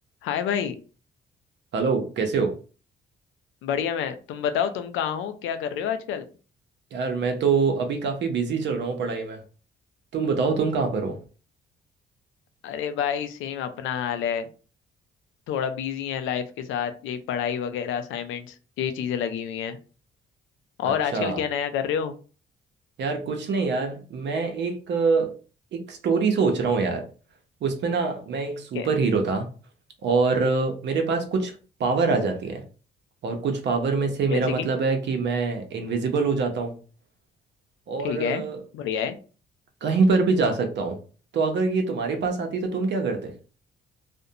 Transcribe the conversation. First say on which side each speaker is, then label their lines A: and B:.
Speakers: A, on the left; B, on the right.
A: हाय भाई
B: Hello कैसे हो
A: बढ़िया मैं तुम बताओ तुम कहाँ हो क्या कर रहे हो आजकल
B: यार मैं तो अभी काफ़ी बिजी चल रहा हूँ पढ़ाई में तुम बताओ तुम कहाँ पर हो
A: अरे भाई सेम अपना हाल है थोड़ा बिजी है लाइफ के साथ यही पढ़ाई वगैरह असाइनमेंट्स यही चीजें लगी हुई हैं
B: अच्छा
A: और आजकल क्या नया कर रहे हो
B: यार कुछ नहीं यार मैं एक अ, एक स्टोरी सोच रहा हूँ यार उसमें ना मैं एक सुपर
A: क्या
B: हीरो था और अ, मेरे पास कुछ पावर आ जाती है और कुछ पावर में से
A: जैसे
B: मेरा मतलब
A: कि
B: है कि मैं इनविजिबल हो जाता हूँ और
A: ठीक
B: अ,
A: है बढ़िया है
B: कहीं पर भी जा सकता हूँ तो अगर ये तुम्हारे पास आती तो तुम क्या करते